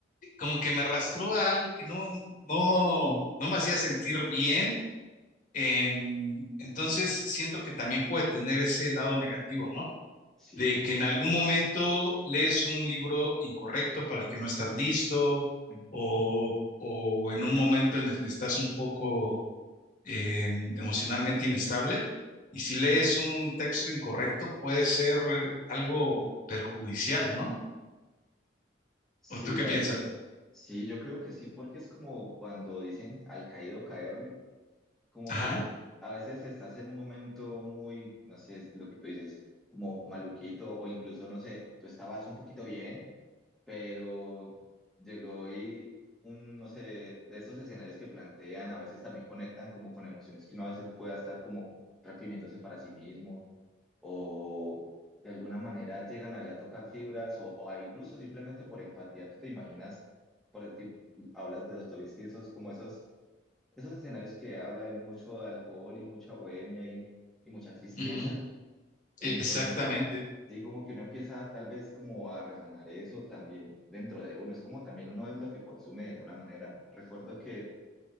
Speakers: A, on the left; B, in the centre.
A: como que me arrastró a algo que no, no,
B: Ujú.
A: no me hacía sentir bien Em, entonces, siento que también puede tener ese lado negativo, ¿no?
B: Sí.
A: De que en algún momento lees un libro incorrecto para el que no estás listo,
B: Ujú.
A: o, o en un momento en el que estás un poco em, emocionalmente inestable. Y si lees un texto incorrecto, puede ser algo perjudicial, ¿no?
B: Sí,
A: ¿O tú
B: la
A: qué piensas?
B: verdad. Sí, yo creo que sí, porque es como cuando dicen al caído caerle, como
A: Ajá,
B: que es, a veces estás en un momento muy, no sé, es lo que tú dices, como maluquito o incluso, no sé, tú estabas un poquito bien. pero llegó y un, no sé, de estos escenarios que plantean, a veces también conectan como con emociones que uno a veces pueda estar como reprimiéndose para sí mismo o de alguna manera llegan allá a tocar fibras o, o incluso simplemente por empatía, tú te imaginas, por el tipo, hablas de Dostoyevsky, esos como esos, esos escenarios que habla hay mucho de alcohol y mucha bohemia y, y mucha tristeza.
A: ujú,
B: Entonces,
A: exactamente.
B: sí, como que uno empieza tal vez como a resonar eso también dentro de uno. Es como también uno es lo que consume de alguna manera. Recuerdo que